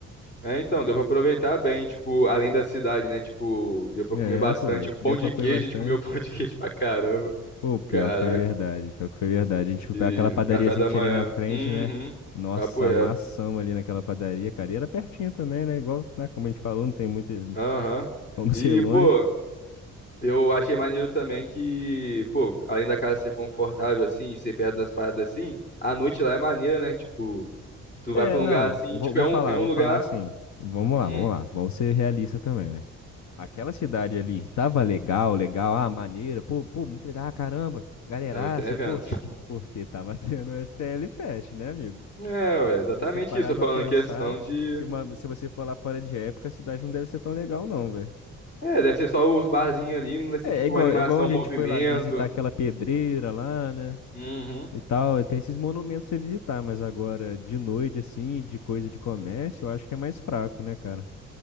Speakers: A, on the left; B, on the left.
A: É, então, deu pra aproveitar bem, tipo, além da cidade, né? Tipo, deu pra
B: É,
A: comer bastante.
B: pô,
A: O
B: deu
A: pão de
B: pra comer
A: queijo,
B: bastante.
A: a gente comeu <laughs> pão de queijo pra caramba.
B: Pô, pior
A: Caraca.
B: que foi verdade, pior que foi verdade. A gente foi
A: E
B: pra aquela padariazinha
A: café da
B: que
A: manhã.
B: tinha ali na frente,
A: Uhum.
B: né? Nossa,
A: Papo reto.
B: amassamos ali naquela padaria, cara. E era pertinho também, né? Igual, né, como a gente falou, não tem muito
A: Aham.
B: <laughs> como
A: E,
B: ser longe.
A: pô, eu achei maneiro também que, pô, além da casa ser confortável, assim, e ser perto das paradas assim, a noite lá é maneira, né? Tipo, tu
B: É,
A: vai pra um
B: não,
A: lugar assim,
B: vou,
A: tipo,
B: vou
A: é um,
B: falar,
A: é um
B: vou
A: lugar.
B: falar assim. Vamos lá,
A: Hum,
B: vamos lá, vamos ser realista também, né? Aquela cidade ali tava legal, legal, ah, maneira, pô, pô, muito legal, ah, caramba, galeraça,
A: que tava tendo evento.
B: pô. Porque tava <laughs> tendo o STL Fest, né, amigo?
A: É,
B: Pô,
A: ué, exatamente
B: Se você parar
A: isso. Eu falando
B: pra pensar,
A: em questão de
B: se, uma, se você for lá fora de época, a cidade não deve ser tão legal, não, velho.
A: É, deve ser só os barzinhos ali, não deve
B: É,
A: ser tipo
B: é igual,
A: uma animação,
B: é igual onde
A: um movimento.
B: a gente foi lá visitar aquela pedreira lá, né?
A: Uhum.
B: E tal, tem esses monumentos pra você visitar, mas agora, de noite, assim, de coisa de comércio, eu acho que é mais fraco, né, cara?